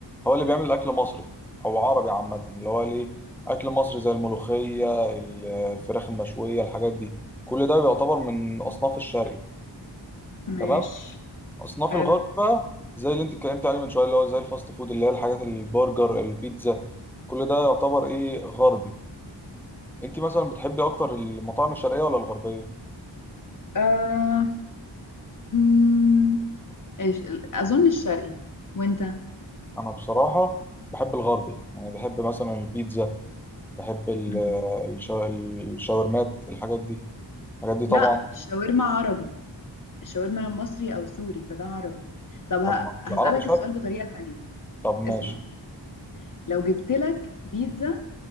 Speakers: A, in the centre; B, on the left (about 45°).
A: هو اللي بيعمل اكل مصري او عربي عامه اللي هو ليه اكل مصري زي الملوخيه الفراخ المشويه الحاجات دي كل ده بيعتبر من اصناف الشرقي
B: ماشي
A: تمام اصناف
B: حلو
A: الغرب بقى زي اللي انت اتكلمت عليه من شويه اللي هو زي الفاست فود اللي هي الحاجات البرجر البيتزا كل ده يعتبر ايه غربي انت مثلا بتحبي اكتر المطاعم الشرقيه ولا الغربيه
B: آه... مم... إيش- اظن الشرقي وانت
A: انا بصراحه بحب الغربي يعني بحب مثلا البيتزا بحب ال-
B: مم.
A: الشا- الشاورمات الحاجات دي الحاجات دي طبعا
B: لا الشاورما عربي الشاورما مصري او سوري فده عربي طب ه-
A: طب ما
B: هسألك
A: العربي شرق
B: السؤال بطريقة تانية
A: طب ماشي
B: اسمع لو جبت لك بيتزا